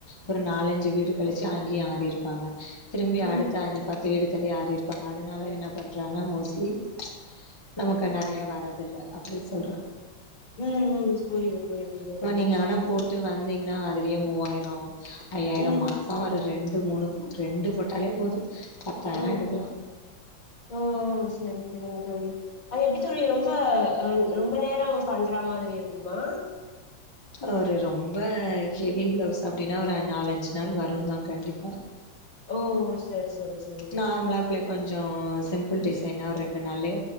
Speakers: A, on the left (about 15°); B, on the left (about 45°).
A: ஒரு நாலஞ்சு வீடு கழிச்சு அங்க்யு ஆரி இருப்பாங்க திரும்பி
B: ம்
A: அடுத்த ஆஞ்சப் பத்து வீடு தள்ளி ஆரி இருப்பாங்க அதனால என்ன பண்றாங்க மோஸ்லி நமக்கு நெறைய வரதுல்ல அப்டி சொல்ற
B: ம்
A: <inaudible>
B: ம் புரியுது புரியுது தோழி
A: ப நீங்க ஆனா போட்டு வந்தீங்கன்னா அதுலியே மூவா ஆய்ரோம் ஐயாயிரம்
B: ம்
A: மாசோ ஒரு ரெண்டு மூணுவ் ரெண்டு போட்டாலே போது பத்தாய்ர
B: ம்
A: எடுக்கலா
B: ஓ சரி சரிங்க தோழி அது எப்டி தோழியு ரொம்ப அன் ரொம்ப நேரம் ஆவு பண்றா மாதிரி இருக்குமா
A: ஒரு ரொம்ப ஹெவி ப்ளவுஸ் அப்டின்னா ஒ ரெ நாலஞ்சு நாள் வருன்தா கண்டிப்பா
B: ஓ சரி சரிஸ்
A: நார்ம்லாப்ல கொஞ்சோ சிம்பிள் டிசைனா ரெண்டு நாள்ளையே